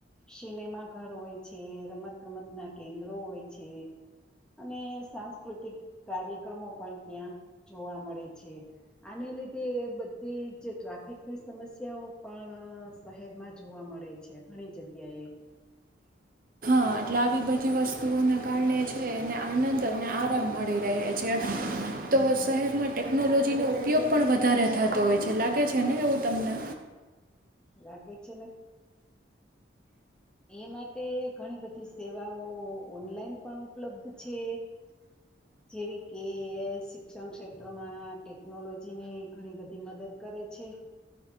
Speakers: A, in the centre; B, on the right.
A: સિનેમા ઘર હોય છે રમત ગમત ના કેન્દ્રો હોય છે અને સાંસ્કૃતિક કાર્યક્રમો પણ ત્યાં જોવા મળે છે આને લી તે બધી જે ટ્રાફિકની સમસ્યાઓ પણ શહેરમાં જોવા મળે છે ઘણી જગ્યાએ
B: હા એટલે આવી બધી વસ્તુઓના કારણે છે એને આનંદ અને આરામ મળી રહે છે તો શહેરમાં ટેકનોલોજીનો ઉપયોગ પણ વધારે થતો હોય છે લાગે છે ને એવું તમને
A: લાગચીને એ માટે ઘણી બધી સેવાઓ ઓનલાઈન પણ ઉપલબ્ધ છે જેવી કે શિક્ષણ ક્ષેત્રમાં ટેકનોલોજીની ઘણી બધી મદદ કરે છે